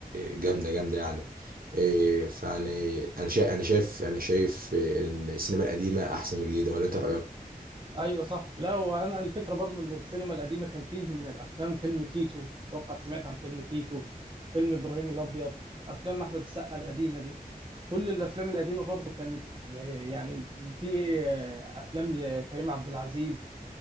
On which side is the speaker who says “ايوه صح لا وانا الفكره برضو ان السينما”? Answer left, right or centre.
Right